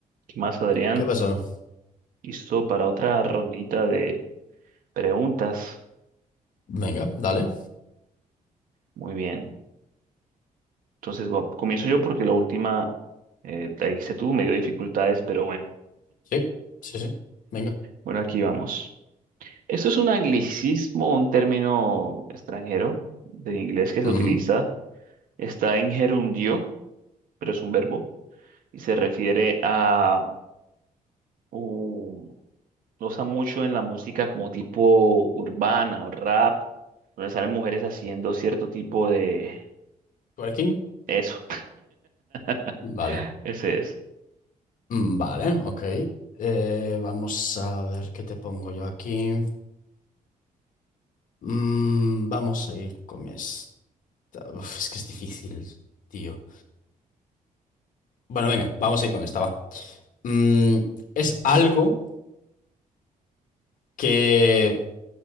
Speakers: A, on the right; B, on the left.
A: ¿Qué más, Adrián?
B: ¿Qué pasó?
A: Listo para otra rondita de preguntas.
B: Venga, dale.
A: Muy bien. Entonces, va- comienzo yo porque la última eh, la hice tú, me dio dificultades, pero bueno.
B: Sí, sí, sí. Venga.
A: Bueno, aquí vamos. Esto es un anglicismo, un término extranjero del inglés que se
B: Ujú.
A: utiliza. Está en gerundio, pero es un verbo y se refiere a un- lo usa mucho en la música como tipo urbana o rap, donde salen mujeres haciendo cierto tipo de
B: Twerking.
A: Eso. <laughs>
B: Vale.
A: Ese es.
B: Mm, Vale, ok. Eh, vamos a ver qué te pongo yo aquí. Mm, vamos a ir con esta. Uf, es que es difícil, tío. Bueno, venga, vamos a ir con esta, va. Mm, es algo que...